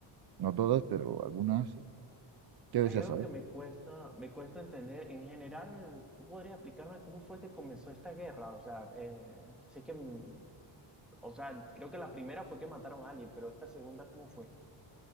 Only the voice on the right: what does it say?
No todas, pero algunas sí. ¿Qué deseas
saber?